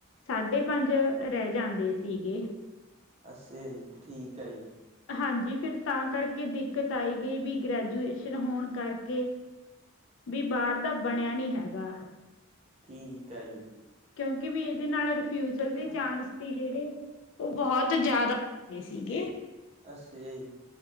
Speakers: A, on the left; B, on the right.
A: ਸਾਢੇ ਪੰਜ ਰੈ ਜਾਂਦੇ ਸੀਗੇ।
B: ਅਸਯਾ ਜੀ, ਠੀਕ ਐ ਜੀ।
A: ਹਾਂਜੀ ਫਿਰ ਤਾਂ ਕਰਕੇ ਦਿੱਕਤ ਆਈ ਗਈ ਵੀ ਗ੍ਰੈਜੂਏ ਸ਼ਨ ਹੋਣ ਕਰਕੇ ਬੀ ਬਾਰ ਦਾ ਬਣਿਆ ਨੀ ਹੈਗਾ।
B: ਠੀਕ ਐ ਜੀ।
A: ਕਿਉਂਕਿ ਵੀ ਏਦੇ ਨਾਲ ਰਿਫਿਊਜਲ ਦੇ ਚਾਂਸ ਸੀ ਜੇੜੇ ਓ ਬੋਹਤ ਜਾਦਾ ਦੇ ਸੀਗੇ।
B: ਅਸਯਾ ਜੀ।